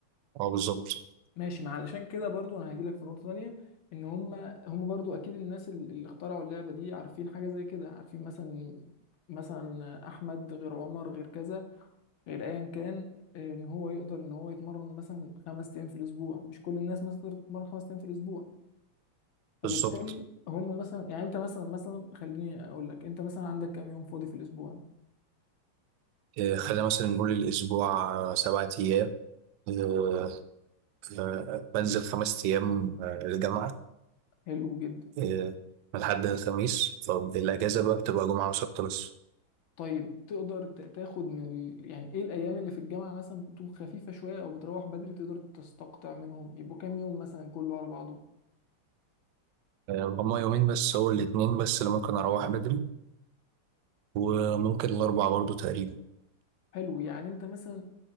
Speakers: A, on the right (about 75°); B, on the left (about 70°).
A: أه بالظبط
B: ماشي ما علشان كده برضو انا هجيلك في نقطة تانية ان هم هم برضو اكيد الناس اللي اللي اخترعوا اللعبة دي عارفين حاجة زي كده عارفين مثلا مثلا احمد غير عمر غير كذا غير ايا كان آه، ان هو يقدر ان هو يتمرن مثلا خمس ايام في الاسبوع مش كل الناس مثلا تقدر تتمرن خمس ايام في الاسبوع فبالتالي
A: بالظبط
B: هم مثلا يعني انت مثلا مثلا خليني اقول لك انت مثلا عندك كام يوم فاضي في الاسبوع
A: آه، خلينا مثلا نقول الأسبوع آه، سبعة أيام آه، آه، بنزل خمس أيام آه، الجامعة
B: حلو جدا
A: آه، من الحد للخميس فالأجازة بقى بتبقى جمعة وسبت بس
B: طيب تقدر ت- تاخد من ال... يعني ايه الايام اللي في الجامعه مثلا تكون خفيفه شويه او بتروح بدري تقدر تستقطع منهم يبقوا كام يوم مثلا كله على بعضه
A: آه، هما يومين بس هو الاتنين بس اللي ممكن أروح بدري وممكن الأربع برضو تقريبا
B: حلو يعني انت مثلا